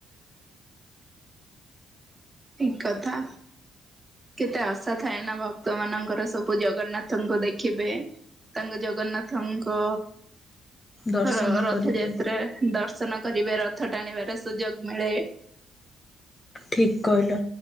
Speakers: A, on the right (about 20°); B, on the left (about 25°).
A: କି କଥା! କେତେ ଆଶା ଥାଏ ନା ଭକ୍ତ ମାନଙ୍କର ସବୁ ଜଗନ୍ନାଥଙ୍କୁ ଦେଖିବେ। ତାଙ୍କ ଜଗନ୍ନାଥଙ୍କ
B: ଦର୍ଶନ
A: ର ରଥଯାତ୍ରା
B: କରିବେ।
A: ଦ ର୍ଶନ କରିବେ, ରଥ ଟାଣିବାର ସୁଯୋଗ ମିଳେ।
B: ଠିକ୍ କହିଲ